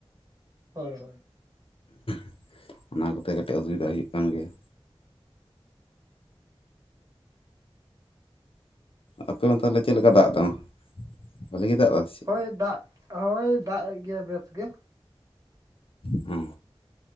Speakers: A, on the right; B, on the left.
A: ᱦᱳᱭ ᱦᱳᱭ᱾
B: <inaudible> ᱚᱱᱟ ᱠᱚᱛᱮ ᱠᱟᱹᱴᱤᱡ ᱚᱥᱩᱵᱤᱫᱟ ᱦᱩᱭᱩᱜ ᱠᱟᱱ ᱜᱮᱭᱟ᱾ ᱟᱯᱮ ᱚᱱᱛᱮ ᱫᱚ ᱪᱮᱫ ᱞᱮᱠᱟ ᱫᱟᱜ ᱫᱟᱢᱟ ᱵᱷᱟᱹᱞᱤ ᱜᱮ ᱫᱟᱜ ᱫᱟᱭ ᱥᱮ ᱪᱮᱫ?
A: ᱦᱳᱭ ᱫᱟᱜᱼᱼ ᱦᱳᱭ ᱫᱟᱜ ᱮᱫ ᱜᱮᱭᱟᱭ ᱵᱮᱥ ᱜᱮ᱾
B: ᱦᱩ